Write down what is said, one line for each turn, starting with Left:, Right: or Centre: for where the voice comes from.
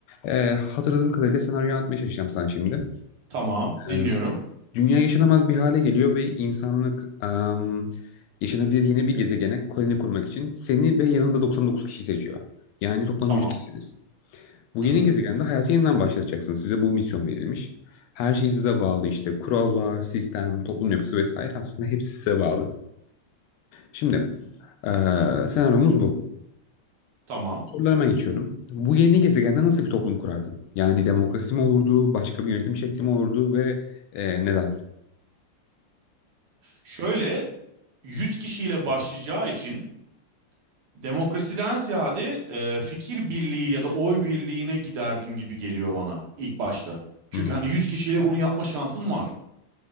Left: E, hatırladığım kadarıyla senaryoyu anlatmaya çalışacağım sana şimdi.
Right: Tamam. Dinliyorum.
Left: E, dünya yaşanamaz bir hale geliyor ve insanlık em, yaşanabilir yeni bir gezegene koloni kurmak için seni ve yanında 99 kişi seçiyor. Yani toplam
Right: Tamam.
Left: 100 kişisiniz. Bu
Right: Hı
Left: yeni
Right: hı.
Left: gezegende hayatı yeniden başlatacaksınız. Size bu misyon verilmiş. Her şey size bağlı işte kurallar, sistem, toplum yapısı vesaire aslında hepsi size bağlı. Şimdi eee, senaryomuz bu.
Right: Tamam.
Left: Sorularıma geçiyorum. Bu yeni gezegende nasıl bir toplum kurardın? Yani demokrasi mi olurdu, başka bir yönetim şekli mi olurdu ve eee, neden?
Right: Şöyle 100 kişiyle başlayacağı için demokrasiden ziyade e, fikir birliği ya da oy birliğine giderdim gibi geliyor bana ilk başta. Çünkü
Left: Hmm,
Right: hani 100 kişiyle bunu yapma şansın var.